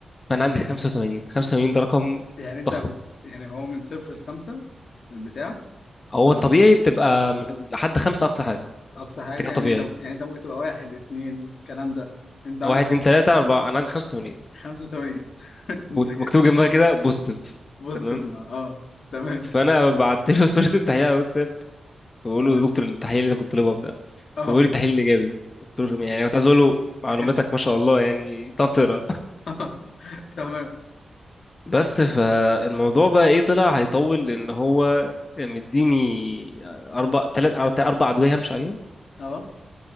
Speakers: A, on the left; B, on the left.
A: فانا
B: يعني
A: عندي 85 85 ده رقم
B: يعني انت
A: ضخم
B: يعني هو من صفر لخمسة البتاع
A: هو
B: ما
A: الطبيعي تبقى من لحد خمسة اقصى حاجه
B: اقصى حاجة
A: انت كده طبيعي
B: يعني انت يعني انت ممكن تبقى واحد اتنين الكلام ده انت عندك
A: واحد اتنين تلاتة أربعة أنا عندي 85
B: 85 <laughs> انت كده
A: مكتوب جنبها كده بوزيتيف
B: بوزيتيف
A: تمام
B: ما اه تمام
A: فأنا بعت له <laughs> صورة التحليل على الواتساب بقول
B: لا
A: له يا دكتور التحليل اللي أنت كنت طالبها بتاع
B: اه
A: بيقول لي التحليل الإيجابي قلت له يعني كنت عايز أقول له معلوماتك
B: <laughs>
A: ما شاء الله يعني بتعرف تقرا
B: اه تمام
A: <laughs> بس فالموضوع بقى إيه طلع هيطول لأن هو مديني أربع تلات أربع أدوية همشي عليهم
B: اه